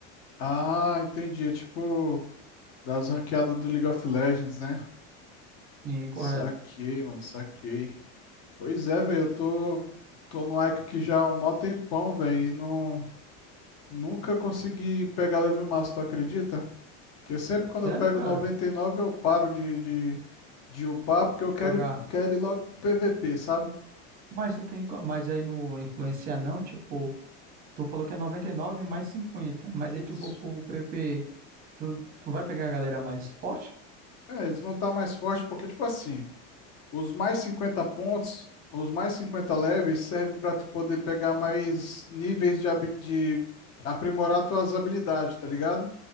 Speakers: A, on the left; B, on the right.
A: ah, entendi. É tipo Das ranqueadas do League of Legends, né?
B: Incorreto.
A: Saquei, mano, saquei. Pois é, velho, eu tô, tô no Ica aqui já há um mó tempão, velho, e não, nunca consegui pegar level máximo, tu acredita? Porque sempre quando
B: Sério,
A: eu pego
B: cara?
A: 99, eu paro de, de, de upar, porque eu quero
B: Jogar.
A: ir, quero ir logo pro PVP, sabe?
B: Mas tu tem, co- mas aí no influenciar não, tipo, tu falou que é 99 mais 50, mas aí
A: Isso.
B: tu for pro PVP, tu, tu vai pegar a galera mais forte?
A: É, eles vão estar mais fortes, porque, tipo assim, Os mais 50 pontos, os mais 50 leves, serve para tu poder pegar mais níveis de, habi- de aprimorar tuas habilidades, tá ligado?